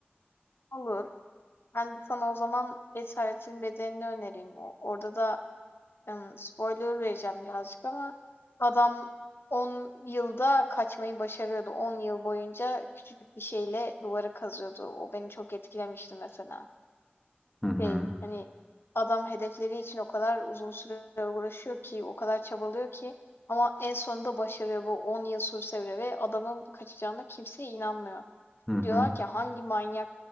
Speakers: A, on the left; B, in the centre.
A: Olur. Ben de sana o zaman "Esaretin bedenini önereyim. O orada da ım, spoiler vereceğim birazcık ama adam 10 yılda kaçmayı başarıyordu. 10 yıl boyunca küçücük bir şeyle duvarı kazıyordu. O beni çok etkilemişti mesela.
B: Hı hı.
A: Şey, hani adam hedefleri için o kadar uzun süre uğraşıyor ki, o kadar çabalıyor ki ama en sonunda başarıyor bu 10 yıl sürse bile ve adamın kaçacağına kimse inanmıyor.
B: Hı hı.
A: Diyorlar ki hangi manyak